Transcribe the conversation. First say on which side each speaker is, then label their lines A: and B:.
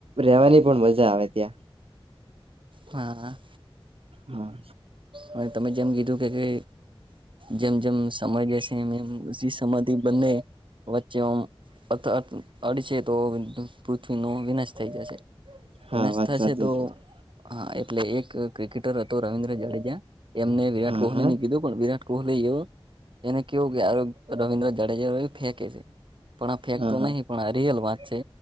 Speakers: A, on the right (about 75°); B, on the right (about 60°).
A: રેવાની પણ મજા આવે ત્યાં
B: હા
A: હા
B: અને તમે જેમ કીધું કે કે જેમ જેમ સમય જશે એમ એમ પસી સમાજ ધી બંને વચ્ચે ઓમ અથ અ અડશે તો પૃથ્વી નો વિનાશ થઈ જશે
A: હા
B: વિનાશ
A: વાત
B: થશે
A: સાચી
B: તો
A: છે
B: હા એ એટલે એક ક્રિકેટર હતો રવિન્દ્ર જાડેજા એમને વિરાટ
A: હા
B: કોહલી
A: હા
B: ને કીધું પણ. વિરાટ કોહલી એવો એને કેવુ કે રવિન્દ્ર જાડેજા ફેંકે છે. પણ આ ફેક
A: હા
B: તો
A: હા
B: નહીં પણ આ રિયલ વાત છે